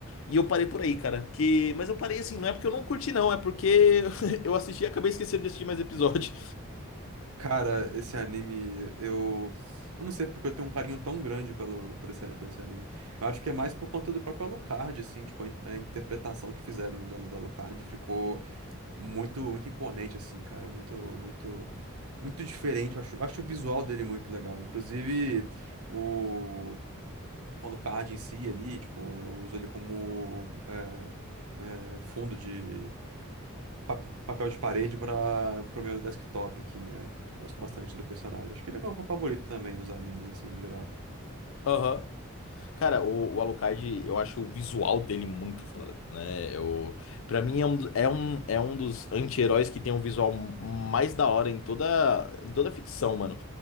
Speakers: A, on the left; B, on the right.
A: E eu parei por aí, cara. Porque... Mas eu parei assim, não é porque eu não curti, não. É porque <laughs> eu assisti e acabei esquecendo de assistir mais episódio.
B: Cara, esse anime, eu. Eu não sei porque eu tenho um carinho tão grande pelo, por esse, por esse anime. Eu acho que é mais por conta do próprio Alucard, assim, tipo, a, in- a interpretação que fizeram da, da Alucard ficou. muito muito imponente assim, cara, muito muito muito diferente. Eu acho, eu acho o visual dele muito legal. Inclusive o o Alucard em si ali, tipo, eu uso ele como é, é, fundo de pa- papel de parede para pro meu desktop aqui, né? Gosto bastante do personagem. Acho que ele é meu favorito também nos animes assim, no geral.
A: Aham. Cara, o, o Alucard, eu acho o visual dele muito foda, né? Eu, pra mim é um, do- é um, é um dos anti-heróis que tem um visual mais da hora em toda, em toda ficção, mano.